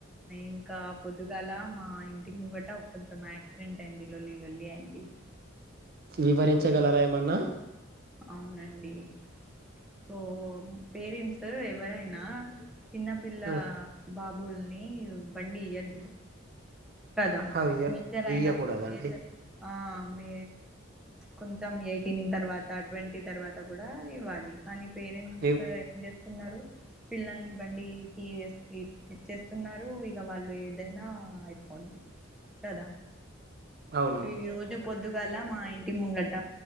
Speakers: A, in the centre; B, on the right.
A: ఇంకా పొద్దుగాల మా ఇంటి ము గట కొంచం యాక్సిడెంట్ అయింది లల్లి లల్లి అయింది
B: వివరించగలరా ఏమన్నా
A: అవునండి ఎప్పుడో పేరెంట్స్ ఎవరైనా చిన్నపిల్ల
B: ఆ,
A: బాబ్ బండి ఈయద్దు కదా
B: ఆ, ఇయ్య
A: మీద్దరైనా
B: ఇయ్యకూడదండి
A: మీద ఆ మ్ కొంచెం ఎయిటీన్ తర్వాత ట్వంటీ తర్వాత కూడా ఇవ్వాలి కాని పేరెంట్స్
B: ఇవ్-
A: ఏం చేస్తున్నారు పిల్లల్ని బండికి ఇ ఇచ్చేస్తున్నారు ఇగ వాళ్ళు ఏదైనా అయిపోండి కద
B: అవును
A: ఈ రోజు పొద్దుగాల మా ఇంటి ముంగట